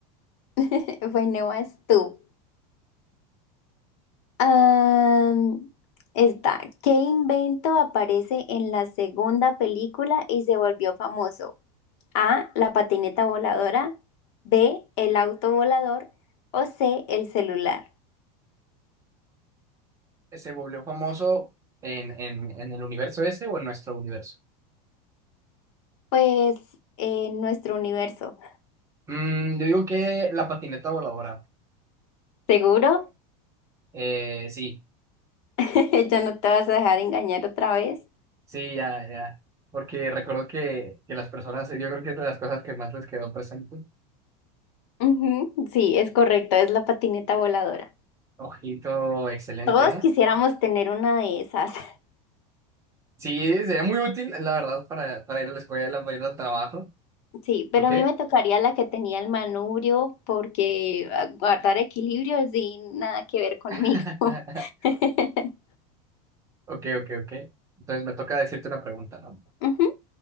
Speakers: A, on the left; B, on the right.
A: <laughs> Bueno, vas tú. Am, esta. ¿Qué invento aparece en la segunda película y se volvió famoso? A. La patineta voladora. B. El auto volador. O C. El celular.
B: Que Se volvió famoso en, en, en el universo ese o en nuestro universo.
A: Pues en nuestro universo.
B: Mm, yo digo que la patineta voladora.
A: ¿Seguro?
B: Eh, sí.
A: <laughs> ¿Ya no te vas a dejar engañar otra vez?
B: Sí, ya, ya. Porque recuerdo que, que las personas, yo creo que es de las cosas que más les quedó presente.
A: Ujú, Sí, es correcto, es la patineta voladora.
B: Ojito, excelente,
A: Todos
B: ¿eh?
A: quisiéramos tener una de esas. <laughs>
B: Sí, sería muy útil, la verdad, para, para ir a la escuela, para ir al trabajo.
A: Sí, pero
B: ¿Ok?
A: a mí me tocaría la que tenía el manubrio porque ah, guardar equilibrio es sin nada que ver conmigo.
B: <laughs>
A: <laughs>
B: Ok, ok, ok. Entonces me toca decirte una pregunta, ¿no?
A: Ujú,